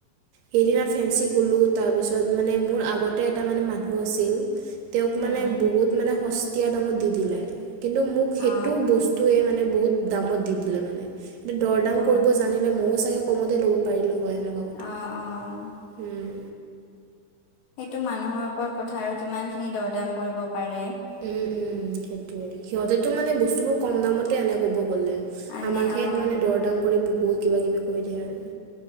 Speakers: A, on the right (about 75°); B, on the left (about 80°).
A: সেইদিনা ফেঞ্চি গ'লো তাৰপিছত মানে মোৰ আগতে এটা মানে মানুহ আছিল। তেওঁক
B: উম
A: মানে বহুত মানে সস্তীয়া দামত দি দিলে। কিন্তু মোক সেইটো
B: অ
A: বস্তু টোয়ে মানে বহুত দামত দি দিলে মানে, দৰ দাম
B: অ
A: কৰিব জানিলে ময়ো চাগে কমতে ল'ব পাৰিলো হয়। কথা
B: অ', অ'।
A: উম।
B: সেইটো মানুহৰ ওপৰত কথা আৰু কিমানখিনি দৰদাম কৰিব পাৰে।
A: উম, উম, সেইটোয়ে সিহঁতেতো মানে বস্তুবোৰ কম দামতে আনে ক'ব গ'লে।
B: আনে
A: আমাকহে
B: অ
A: মানে দৰ দাম কৰি বহুত কিবা কিবি কৈ দিয়ে আৰু।